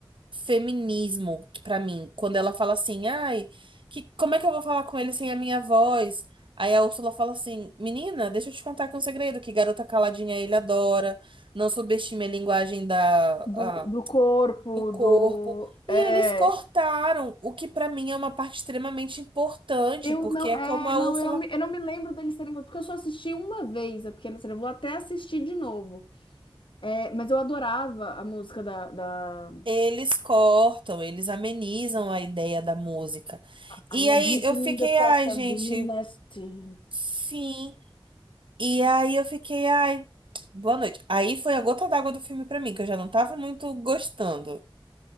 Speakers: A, on the right; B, on the left.
A: feminismo pra mim, quando ela fala assim, ai, que, como é que eu vou falar com ele sem a minha voz? Aí a Úrsula fala assim, menina, deixa eu te contar aqui um segredo, que garota caladinha ele adora, não subestime a linguagem da,
B: Do,
A: a-
B: do corpo,
A: do corpo.
B: do.
A: E
B: É.
A: eles cortaram o que pra mim é uma parte extremamente importante,
B: Eu
A: porque
B: não.
A: é
B: É,
A: como a
B: não,
A: Úrsula
B: eu não me, eu não me lembro deles terem. corpo, Porque eu só assisti uma vez a Pequena Sereia. Eu Vou até assistir de novo. É, mas eu adorava a música da, da...
A: Eles cortam, eles amenizam a ideia da música. E
B: I admit
A: aí eu
B: in
A: fiquei,
B: the past
A: ai,
B: I've
A: gente,
B: been nasty.
A: sim. E aí eu fiquei, ai, boa noite. Aí foi a gota d'água do filme pra mim, que eu já não tava muito gostando.